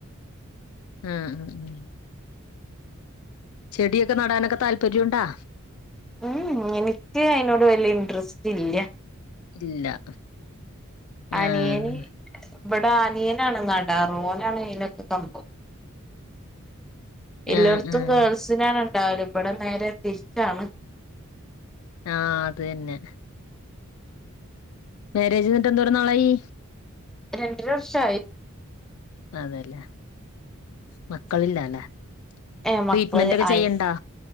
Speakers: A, on the left; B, in the centre.
A: ആഹ് ആഹ് ആഹ് ചെടിയൊക്കെ നടാനൊക്കെ താല്പര്യ ണ്ടോ
B: ഉംഹ്‌ എനിക്ക് അതിനോട് വലിയ ഇൻററസ്റ്റ്ല്ലാ
A: ഇല്ല
B: അനിയന്
A: ആഹ്
B: ഇവിടെ അനിയനാണ് നടാറ് ഓനാണ് അയ്നൊക്കെ കമ്പം എല്ലാടത്തും
A: ആഹ് ആഹ്
B: ഗേൾസിനാണ് ഇണ്ടാവല് ഇവിടെ നേരെ തിരിച്ചാണ്
A: ആ അത് തന്നെ മാര്ജ്ന്നിട്ട് എന്തോര നാളായി
B: രണ്ടര വർഷായി
A: അതല്ലേ മക്കളില്ലല്ലെ
B: ഏ
A: ട്രീറ്റ്മെന്റ്ക്കെ
B: മക്കള് ആയി
A: ചെയ്യ്ണ്ടോ